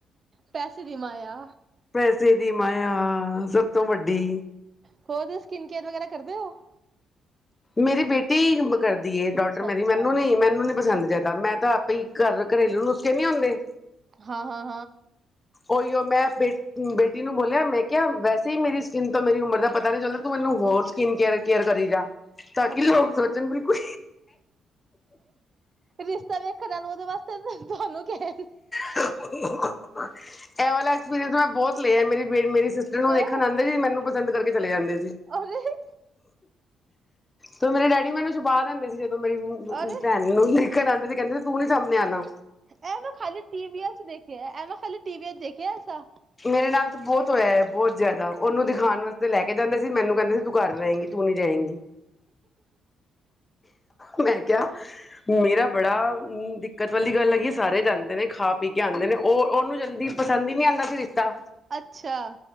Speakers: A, on the right; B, on the left.
A: ਪੈਸੇ ਦੀ ਮਾਇਆ
B: ਪੈਸੇ ਦੀ ਮਾਇਆ ਸਭ ਤੋਂ ਵੱਡੀ।
A: ਕੋ ਸਕਿਨ ਕੇਅਰ ਵਗੈਰਾ ਕਰਦੇ ਹੋ?
B: ਮੇਰੀ ਬੇਟੀ ਕਰਦੀ ਏ। ਡਾਟਰ
A: ਅੱਛਾ ਅੱਛਾ
B: ਮੇਰੀ, ਮੈਨੂੰ ਨੀ, ਮੈਨੂੰ ਨੀ ਪਸੰਦ। ਜਿਆਦਾ, ਮੈਂ ਤਾਂ ਆਪੇ ਘਰ ਘਰੇਲੂ ਨੁਸਖੇ ਨੀ ਆਉਂਦੇ
A: ਹਾਂ ਹਾਂ
B: ਉਹੀ ਮੈਂ ਬੇ ਬੇਟੀ ਨੂੰ ਬੋਲਿਆ। ਮੈਂ ਕਿਹਾ ਵੈਸੇ ਹੀ ਮੇਰੀ ਸਕਿਨ ਤੋਂ ਮੇਰੀ ਉਮਰ ਦਾ ਪਤਾ ਨੀ ਚੱਲਦਾ। ਤੂੰ ਮੈਨੂੰ ਹੋਰ ਸਕਿਨ ਕੇਅ ਕੇਅਰ ਕਰੀ ਜਾ
A: <unintelligible>
B: ਤਾਂ ਕਿ ਲੋਕ ਸੋਚਣ ਬਿਲਕੁਲ
A: ਰਿਸ਼ਤਾ ਵੇਖਣ ਨਾਲ ਉਹਦੇ ਵਾਸਤੇ <unintelligible>
B: <unintelligible> ਇਹ ਵਾਲਾ ਐਕਸਪੀਰੀਅੰਸ ਮੈਂ ਬਹੁਤ ਲਿਆ ਮੇਰੀ, ਮੇਰੀ ਸਿਸਟਰ ਨੂੰ
A: ਹੈ
B: ਦੇਖਣ ਆਉਂਦੇ ਸੀ, ਮੈਨੂੰ ਪਸੰ ਕਰਕੇ ਚਲੇ ਜਾਂਦੇ
A: ਅਰੇ
B: ਤ ਮੇਰੇ ਡੈਡੀ, ਮੈਨੂੰ ਛੁਪਾ ਦਿੰ <unintelligible> ਮੇਰੀ
A: ਅਰੇ
B: ਭੈਣ ਨੂੰ ਦੇਖਣ ਆਉਂਦੀ ਤੇ ਕਹਿੰਦੇ ਤੂੰ ਨੀ ਸਾਹਮਣੇ ਆਉਣਾ
A: ਐ ਮੈਂ ਖਾਲੀ ਟੀਵੀਆ ਚ ਦੇਖਿਆ। ਐ ਮੈਂ ਖਾਲੀ ਟੀਵੀ ਚ ਦੇਖਿਆ ਐਸਾ
B: ਮੇਰੇ ਨਾਲ ਤਾਂ ਬਹੁਤ ਹੋਇਆ ਹੈ। ਬਹੁਤ ਜ਼ਿਆਦਾ, ਉਹਨੂੰ ਦਿਖਾਨ ਵਾਸਤੇ ਲੈ ਕੇ ਜਾਂਦੇ ਸੀ। ਮੈਨੂੰ ਕਹਿੰਦੇ ਸੀ, ਤੂੰ ਘਰ ਰਹੇਗੀ, ਤੂੰ ਨੀ ਜਾਏਂਗੀ ਮੈਂ ਕਿਹਾ, ਮੇਰਾ ਬੜਾ ਹ ਦਿੱਕਤ ਵਾਲੀ ਗੱਲ ਹੈਗੀ ਸਾਰੇ ਜਾਂਦੇ ਨੇ, ਖਾ ਕੇ ਆਉਂਦੇ ਨੇ, ਉਹ ਉਹਨੂੰ ਜਲਦੀ ਪਸੰਦ ਹੀ ਨਹੀਂ ਆਉਂਦਾ ਸੀ, ਰਿਸ਼ਤਾ
A: ਅੱਛਾ